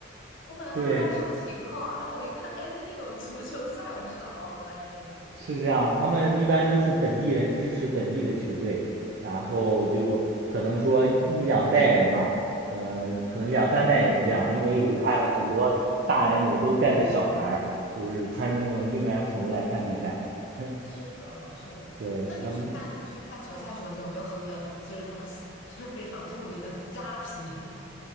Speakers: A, on the left; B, on the right.
A: 我本来都不知道什么情况，
B: 对，
A: 然后我一看，哎，今天有足球赛，我就知道，哦，原来是这样。
B: 是这样。他们一般都是本地人支持本地的球队，然后就可能说一两代人嘛，嗯、
A: 嗯，
B: 可能两三代人这样。因为我看很多大人也都带着小孩儿，就是穿着那种应援服来看比赛。<laughs>
A: 是的，是的。
B: 对，
A: 那你去看你去看球赛的时候，
B: 他们
A: 你有没有喝就是他们 <laughs> 就是非常著名的扎啤？